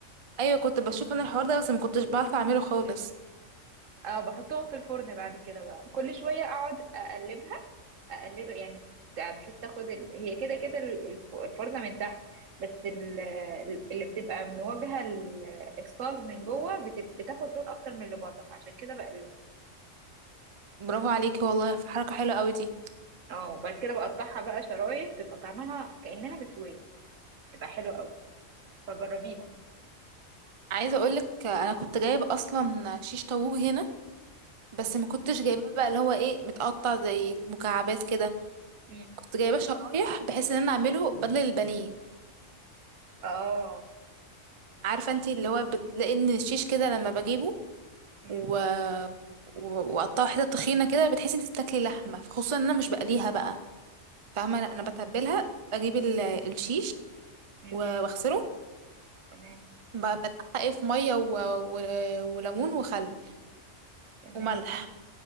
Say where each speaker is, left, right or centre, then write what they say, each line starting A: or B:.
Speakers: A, on the right; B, on the right.
A: ايوه كنت بشوف انا الحوار ده بس ما كنتش بعرف اعمله خالص
B: اه بحطهم في الفرن بعد كده بقى كل شوية اقعد اقلبها اقلبها يعني بحيث تاخد ال... هي كده كده ال- الف- الفرنة من تحت بس ال... اللي بتبقى مواجهة ال- الصاج من جوه بت... بتاخد لون اكتر من اللي بره فعشان كده بقلبها
A: برافو عليكي والله في حركه حلوه قوي دي
B: اه وبعد كده بقطعها بقى شرايح بتبقى طعمها كأنها مشوية تبقى حلوة قوي فجربيها
A: عايزه اقولك انا كنت جايب اصلا شيش طاووق هنا بس
B: مم.
A: ما كنتش جايباه بقى اللي هو ايه متقطع زي مكعبات كده
B: مم.
A: كنت جايباه شرايح بحيث ان انا اعمله بدل البانيه
B: اه
A: عارفه انت اللي هو بتلاقي ان الشيش كده لما بجيبه
B: مم.
A: و... و- وقطعها حتت تخينه كده بتحسي انت بتاكلي لحمه خصوصا ان انا مش بقليها بقى فاهمه لا
B: أوكي.
A: انا بتبلها بجيب ال-
B: مم.
A: الشيش
B: مم.
A: و- واغسله
B: تمام
A: ب- بنقعه في ميه و... و... وليمون وخل
B: تمام
A: وملح